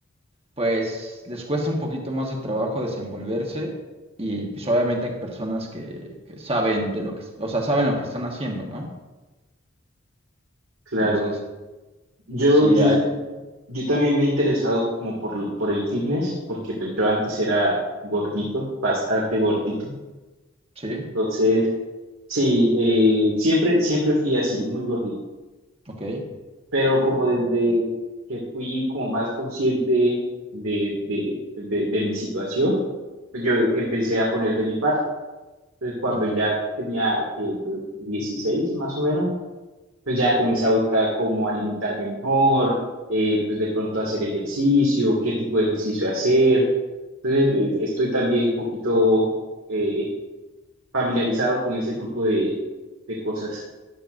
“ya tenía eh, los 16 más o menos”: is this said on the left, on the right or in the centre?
Right